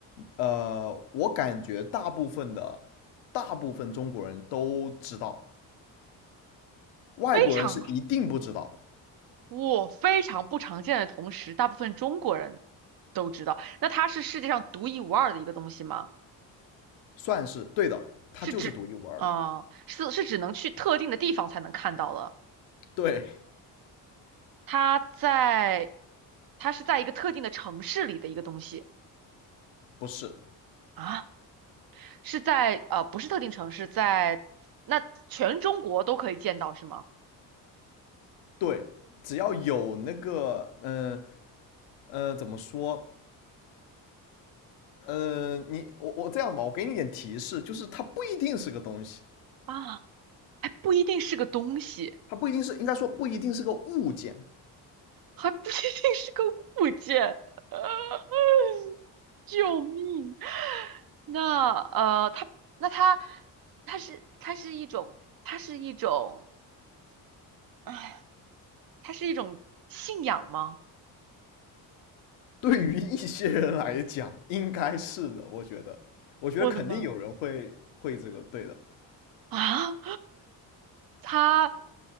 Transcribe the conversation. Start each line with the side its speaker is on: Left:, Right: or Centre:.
Left: 呃，我感觉大部分的大部分中国人都知道，外国人是一定不知道的，
Right: 非常，我非常不常见的同时，大部分中国人都知道。那它是世界上独一无二的一个东西吗？
Left: 算是对的，它就是独一无二的。
Right: 是指，嗯、是是只能去特定的地方才能看到的。
Left: 对，
Right: 它在，它是在一个特定的城市里的一个东西
Left: 不是。
Right: 啊。是在呃不是特定城市，在那全中国都可以见到是吗？
Left: 对，只要有那个，嗯、呃、呃怎么说？呃，你我我这样吧，我给你点提示，就是它不一定是个东西，
Right: 啊，还不一定是个东西，
Left: 它不一定是，应该说不一定是个物件。
Right: 还不一定是个物件，<laughs> 救命！那呃，它那它它是它是一种它是一种，哎，它是一种信仰吗？
Left: 对于一些人来讲，应该是的，我觉得，我觉得肯定有人会会这个，
Right: 我的妈！
Left: 对的。
Right: 啊，它，